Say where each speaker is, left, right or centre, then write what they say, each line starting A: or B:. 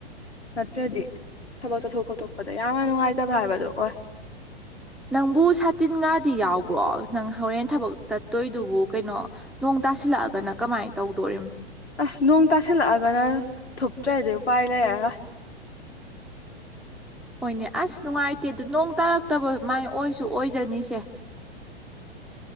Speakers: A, on the left; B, in the centre.
A: ꯅꯠꯇ꯭ꯔꯗꯤ ꯊꯕꯛ ꯆꯠꯊꯣꯛ ꯈꯣꯇꯣꯛꯄꯗ ꯌꯥꯝꯅ ꯅꯨꯡꯉꯥꯏꯇꯕ ꯍꯥꯏꯕꯗꯣ ꯑꯣꯏ
B: ꯅꯪꯕꯨ ꯁꯥꯇꯤꯟꯒꯥꯗꯤ ꯌꯥꯎꯕ꯭ꯔꯣ ꯅꯪ ꯍꯣꯔꯦꯟ ꯊꯕꯛ ꯆꯠꯇꯣꯏꯗꯨꯕꯨ ꯀꯩꯅꯣ ꯅꯣꯡ ꯇꯥꯁꯤꯜꯂꯛꯑꯒꯅ ꯀꯃꯥꯏꯅ ꯇꯧꯗꯣꯔꯤꯝ
A: ꯑꯁ ꯅꯣꯡ ꯇꯥꯁꯤꯜꯂꯛꯑꯒꯅ ꯊꯨꯞꯇ꯭ꯔꯗꯤ ꯎꯄꯥꯏ ꯂꯩꯔꯔꯣꯏ
B: ꯍꯣꯏꯅꯦ ꯑꯁ ꯅꯨꯡꯉꯥꯏꯇꯦ ꯑꯗꯨ ꯅꯣꯡ ꯇꯥꯔꯛꯇꯕ ꯃꯥꯏ ꯑꯣꯏꯁꯨ ꯑꯣꯏꯖꯅꯤꯁꯦ